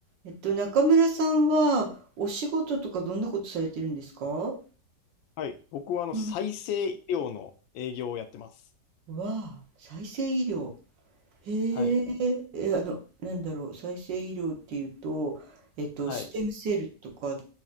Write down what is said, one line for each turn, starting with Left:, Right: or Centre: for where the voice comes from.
Right: えっと、中村さんは、お仕事とかどんなことされてるんですか
Left: はい。僕はあの、
Right: うん、
Left: 再生医療の営業をやってます。
Right: わあ、再生医療。へえ、
Left: はい。
Right: え、あの、なんだろう、再生医療っていうと、えっと、
Left: はい。
Right: ステムセルとか